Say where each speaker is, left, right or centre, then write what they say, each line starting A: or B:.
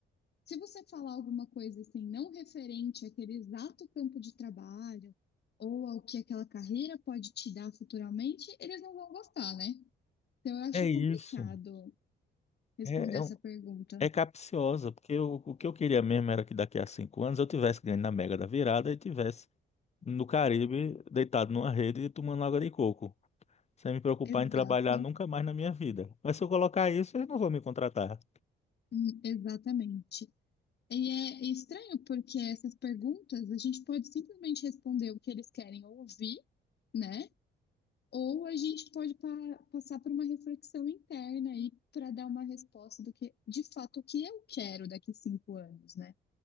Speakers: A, on the left; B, on the left.
A: se você falar alguma coisa assim não referente àquele exato campo de trabalho ou ao que aquela carreira pode te dar futuramente, eles não vão gostar, né? Então, eu acho
B: É isso.
A: complicado responder
B: É, é,
A: essa
B: um-
A: pergunta.
B: é capciosa, porque eu- o que eu queria mesmo era que daqui a cinco anos eu tivesse ganho na Mega da Virada e tivesse no Caribe, deitado numa rede e tomando água de coco, sem me preocupar
A: Exato,
B: em trabalhar nunca mais na minha vida. Mas se eu colocar isso, eles não vão me contratar.
A: Hum, exatamente. E é estranho porque essas perguntas a gente pode simplesmente responder o que eles querem ouvir, né? Ou a gente pode pa- passar por uma reflexão interna aí para dar uma resposta do que, de fato, o que eu quero daqui cinco anos, né?